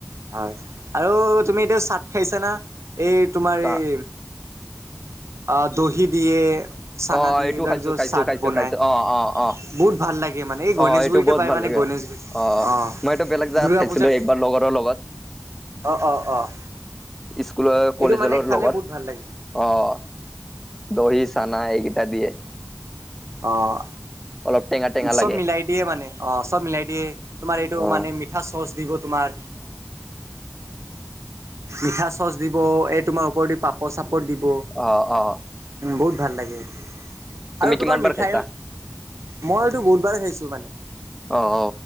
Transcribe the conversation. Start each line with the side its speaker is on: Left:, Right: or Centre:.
Right: হয় আৰু তুমি এইটো চাট খাইছা না, এই তোমাৰ
Centre: চাহ,
Right: এই অহ, দহি দিয়ে। চানা
Centre: অ
Right: দিয়ে,
Centre: এইটো
Right: এইবিলাক
Centre: খাইছো
Right: য'ত
Centre: খাইছো
Right: চাত
Centre: খাইছো
Right: বনাই,
Centre: খাইছো অ অ অ
Right: বহুত ভাল লাগে মানে, এই গনেশগুৰিতে
Centre: অ এইটো বহুত
Right: পায়
Centre: ভাল
Right: মানে
Centre: লাগে
Right: গণেশগুৰি,
Centre: অ
Right: অ',
Centre: মই এইটো বেলেগ জেগাত
Right: দুৰ্গা
Centre: খাইছিলো
Right: পূজাত
Centre: একবাৰ লগৰৰ লগত
Right: অ', অ', অ'।
Centre: স্কুলৰ কলেজৰ
Right: এইটো মানে খালে
Centre: লগত,
Right: বহুত ভাল লাগে।
Centre: অ', দহি, চানা কেইটা দিয়ে।
Right: অহ।
Centre: অলপ টেঙা টেঙা
Right: চব
Centre: লাগে
Right: মিলাই দিয়ে মানে, অ', চব মিলাই দিয়ে, তোমাৰ এইটো
Centre: অ
Right: মানে মিঠা চ'চ দিব তোমাৰ। মিঠা চ'চ দিব, এই তোমাৰ ওপৰদি পাপাৰ চাপ <unintelligible> দিব,
Centre: অ অ
Right: বহুত ভাল লাগে।
Centre: তুমি
Right: আৰু তোমাৰ
Centre: কিমান বাৰ
Right: মিঠাই,
Centre: খাইছা
Right: মই এইটো বহুতবাৰ খাইছো মানে।
Centre: অ অ